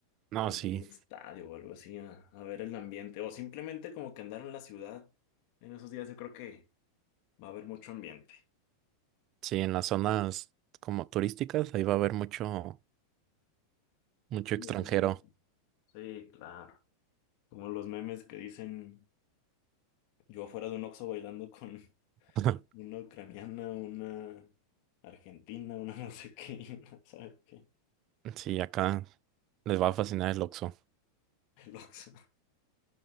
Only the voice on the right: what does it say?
No,
sí,
sí, en las zonas como turísticas, ahí va a haber mucho,
mucho extranjero.
<laughs>
Sí, acá les va a fascinar el Oxxo.